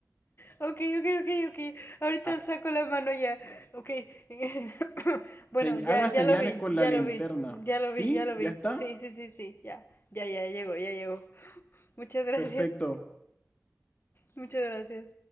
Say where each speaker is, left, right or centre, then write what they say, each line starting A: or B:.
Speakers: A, on the left; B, on the left.
A: Ok, ok, ok, ok. Ahorita
B: Ha-
A: saco la mano ya. Ok. <coughs> Bueno,
B: se-
A: ya,
B: haga
A: ya
B: señales
A: lo vi,
B: con
A: ya
B: la linterna.
A: lo vi, ya lo
B: ¿Sí?
A: vi, ya lo
B: ¿Ya
A: vi.
B: está?
A: Sí, sí, sí, sí, ya. Ya, ya, llegó, ya llegó. Muchas gracias,
B: Perfecto.
A: muchas gracias.